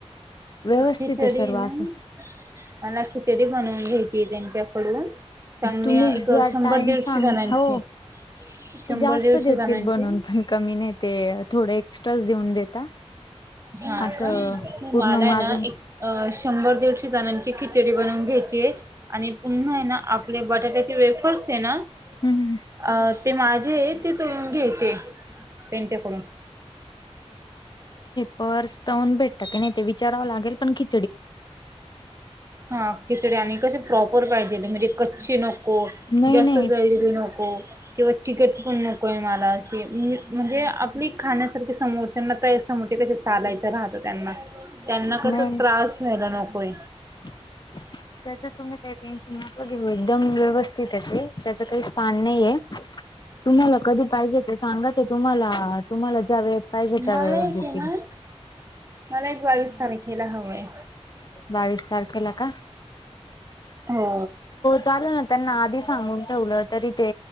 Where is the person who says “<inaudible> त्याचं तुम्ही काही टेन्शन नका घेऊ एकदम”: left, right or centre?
Left